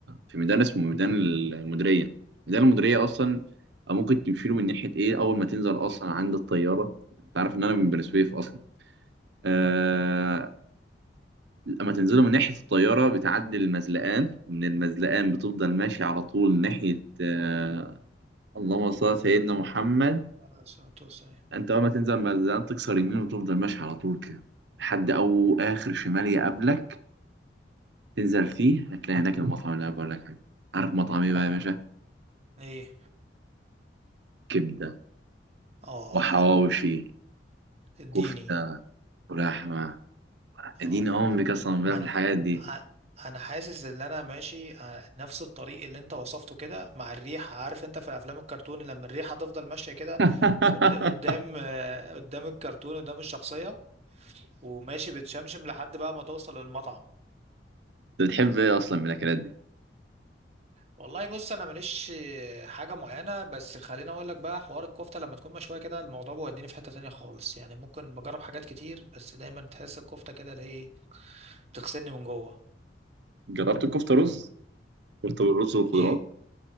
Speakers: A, on the right; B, on the right.
A: في ميدان اسمه ميدان المديرية ميدان المديرية أصلا ممكن تمشيله من ناحية إيه أول ما تنزل أصلا عند الطيارة أنت عارف إن أنا من
B: امم
A: بني سويف أصلا آه... لما تنزله من ناحية الطيارة بتعدي المزلقان ومن المزلقان بتفضل ماشي على طول ناحية آه... اللهم صل على سيدنا محمد
B: على الصلاه والسلام
A: أنت أول ما تنزل المزلقان تكسر يمين وتفضل ماشي على طول كده لحد أو آخر شمال يقابلك تنزل فيه هتلاقي هناك المطعم اللي انا بقول لك عليه عارف مطعم ايه
B: انا
A: بقى يا باشا
B: ايه
A: كبده
B: اه
A: وحواوشي
B: اديني
A: كفته ولحمه
B: اه
A: اديني امك اصلا بقى
B: انا
A: في الحاجات دي
B: ع-
A: <laughs>
B: انا حاسس ان انا ماشي ع- نفس الطريق اللي انت وصفته كده مع الريحه عارف انت في افلام الكرتون لما الريحه تفضل ماشيه كده
A: انت
B: قد- قدام آه، قدام الكرتون قدام الشخصيه وماشي بتشمشم لحد بقى ما توصل للمطعم
A: بتحب ايه اصلا من الاكلات دي
B: والله بص انا ماليش آه، حاجه معينه بس خليني اقول لك بقى حوار الكفته لما تكون مشويه كده الموضوع بيوديني في حته تانية خالص يعني ممكن بجرب حاجات كتير بس دايما تحس الكفته كده اللي هي إيه، بتغسلني من جوه
A: جربت الكفته رز كفته بالرز والخضروات
B: ايه